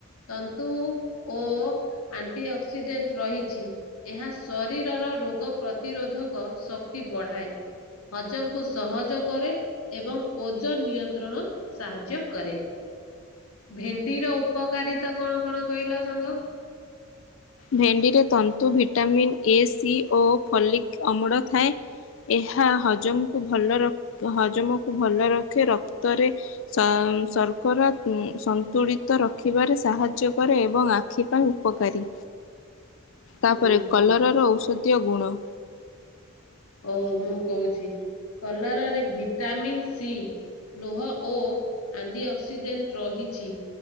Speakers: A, on the left (about 80°); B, on the left (about 60°).
A: ତନ୍ତୁ ଓ ଆଣ୍ଟି ଅକ୍ସିଡେଣ୍ଟ୍ ରହିଛି ଏହା ଶରୀରର ରୋଗ ପ୍ରତିରୋଧକ ଶକ୍ତି ବଢାଏ ହଜମକୁ ସହଜ କରେ ଏବଂ ଓଜନ ନିୟନ୍ତ୍ରଣ ସାହାଯ୍ୟ କରେ। ଭେଣ୍ଡିର ଉପକାରିତା କଣ କଣ କହିଲ ସାଙ୍ଗ
B: ଭେଣ୍ଡିରେ ତନ୍ତୁ ଭିଟାମିିନ ଏ ସି ଓ ଫଲିକ ଅମଳ ଥାଏ। ଏହା ହଜମକୁ ଭଲ ହଜମକୁ ଭଲ ରଖେ ରକ୍ତରେ ସର୍କରା ସନ୍ତୁଳିତ ରଖିବାରେ ସାହାଯ୍ୟ କରେ ଏବଂ ଆଖି ପାଇଁ ଉପକାରୀ। ତାପରେ
A: ହୁଁ।
B: କଲରାର ଔଷଧୀୟ ଗୁଣ।
A: ହଉ ମୁଁ କହୁଛି କଲରାରେ ଭିଟାମିନ ସି ଲୋହ ଓ ଆଣ୍ଟି ଅକ୍ସିଡେଣ୍ଟ୍ ରହିଛି।